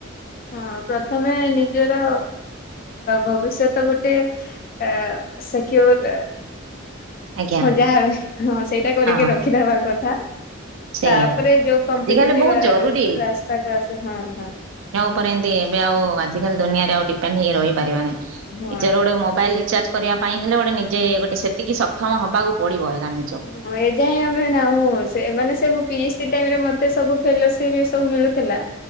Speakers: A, on the left; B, on the right.
A: ହଁ ପ୍ରଥମେ ନିଜର ଭବିଷ୍ୟତ ଗୋଟେ ଅ ସେକ୍ୟୁର୍
B: ଆଜ୍ଞା
A: ହଁ ଯାହାବି ହଁ ସେଇଟା କରିକି
B: ହଁ
A: ରଖିଦବା କଥା।
B: ସେଇଆ
A: ତାପରେ ଯୋଉ କମ୍ପିଟେଟିଭ
B: ଆଜିକାଲି ବହୁତ ଜରୁରୀ
A: ରାସ୍ତା କୁ ଆସ ହଁ ହଁ।
B: ଏମତି ଏବେ ଆଉ ଆଜିକାଲି ଦୁିଆରେ ଆଉ ଡିପେଣ୍ଡ ହେଇ ରହିପାରିବା ନାହି
A: ହଁ।
B: ନିଜର ଗୋଟେ ମୋବାଇଲ ରିଚାର୍ଜ କରିବା ପାଇଁ ହେଲେ ଗୋଟେ ନିଜେ ଗୋଟେ ସେତିକି ସକ୍ଷମ ହବାକୁ ପଡିବ ଆକାନି।
A: <inaudible> ହଁ ଏ ଯାଇଁ ଆମେ ନାହୁଁ ସେ ମାନେ ସେ ମୋ ପି ଏଚ ଡି ଟାଇମରେ ମତେ ସବୁ ଫେଲୋସିପ ଇଏ ସବୁ ମିଳୁଥିଲା।